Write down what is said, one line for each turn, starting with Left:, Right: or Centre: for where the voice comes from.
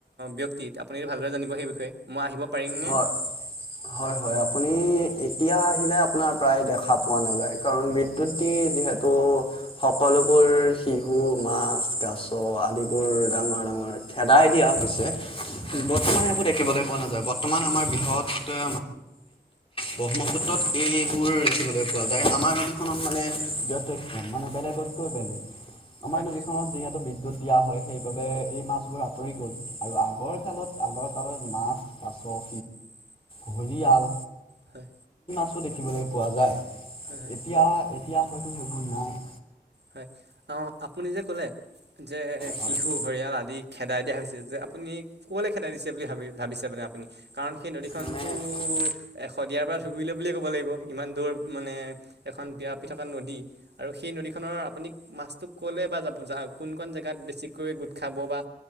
Right: ব্যক্তিত আপুনি ভালদৰে জানিব সেই বিষয়ে। মই আহিব পাৰিমনে।
Left: হয় হয়? হয় আপুনি। এতিয়া আহিলে আপোনাৰ প্ৰায় দেখা পোৱা নাযায়। কাৰণ বিদ্যুত দি যিহেতু স সকলোবোৰ শিহু, মাছ, কাছ আদিবোৰ ডাঙৰ ডাঙৰ খেদাই দিয়া হৈছে।
Right: হয়
Left: বৰ্তমান এইবোৰ দেখিবলৈ পোৱা নাযায় বৰ্তমান আমাৰ বিহত। ব্ৰহ্মপুত্ৰত
Right: হয়
Left: এইবোৰ। যায় আমাৰ অখনত মানে ব্য মানে বেলেগতকৈ বেলেগ আমাৰ
Right: হয়
Left: নদীখনত যিহেতু বিদ্যুৎ দিয়া হয়। সেইবাবে এই মাছবোৰ আঁতৰি গ'ল আৰু আগৰ কালত আগৰ কালত মাছ কাছ।
Right: <unintelligible>
Left: ভজি আল।
Right: হয়।
Left: দেখিবলৈ পোৱা যায়।
Right: হয় হয়
Left: এতিয়া এতিয়া হয়তো সেইবোৰ নাই।
Right: হয় অ আপুনি যে ক'লে। যে
Left: হয়
Right: শিশু হৰিয়াল আদি খেদাই দিয়া হৈছে। যে আপুনি কলৈ খেদাই দিছে বুলি ভাবি ভাবিছে মানে। আপুনি কাৰণ সেই নদীখননতো
Left: মানে হয়
Right: এ শদিয়াৰ পৰা ধুবুৰীলৈ বুলিয়ে ক'ব লাগিব ইমান দূৰ মানে। এখন বিয়া পৃথকা নদী আৰু সেই ন। নৰ আপুনি মাছো ক'লে বা যাব কোন ক জেগাত বেছিকৈ গোট খাব বা